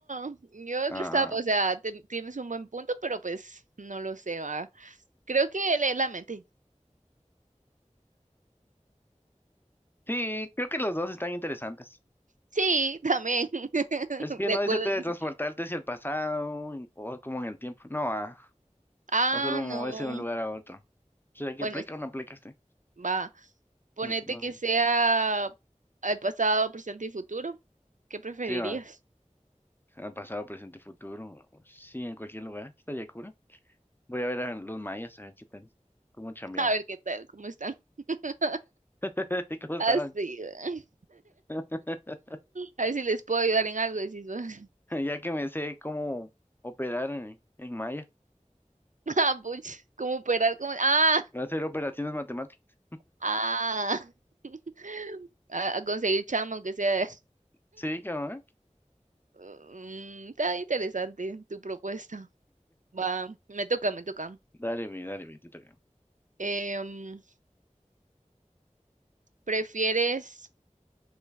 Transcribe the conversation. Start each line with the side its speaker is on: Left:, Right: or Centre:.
Right: no. Yo
Left: Ah,
Right: lo estaba, o sea, ten- tienes un buen punto, pero pues no lo sé, va. Creo que leer la mente.
Left: sí, creo que los dos están interesantes.
Right: Sí, también. <laughs>
Left: Es que
Right: De
Left: no
Right: acuerdo
Left: dice teletransportarte
Right: en eso.
Left: hacia el pasado y- o como en el tiempo. No, ah,
Right: Ah,
Left: o solo moverse
Right: no.
Left: de un lugar a otro. O sea, que
Right: Bueno,
Left: aplica
Right: es-
Left: o no aplica este.
Right: va. Ponete
Left: No, no.
Right: que sea al pasado, presente y futuro. ¿Qué preferirías?
Left: Sí, va. Al pasado, presente, y futuro. Sí, en cualquier lugar. Estaría cura. Voy a ver a los mayas, a ver qué tal. Cómo chambean.
Right: <laughs> A ver qué tal, cómo están. <laughs>
Left: <laughs> ¿Cómo estaban?
Right: Así. va.
Left: <laughs>
Right: A ver si les puedo ayudar en algo, decís vos. <laughs>
Left: Ya que me sé cómo operar en, en Maya,
Right: Ah, puch, ¿cómo operar? ¿Cómo? Ah,
Left: hacer operaciones matemáticas.
Right: Ah, <laughs> a, a conseguir chamba, aunque sea.
Left: Sí, cabrón.
Right: Mm, está interesante tu propuesta. Va, me toca, me toca.
Left: Dale, mi, dale, mi, te toca.
Right: Em, ¿prefieres